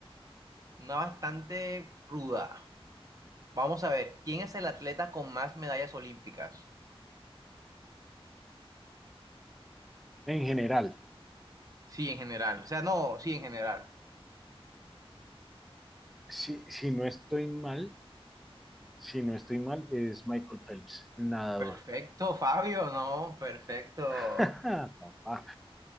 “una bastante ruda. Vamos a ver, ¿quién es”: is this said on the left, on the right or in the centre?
Right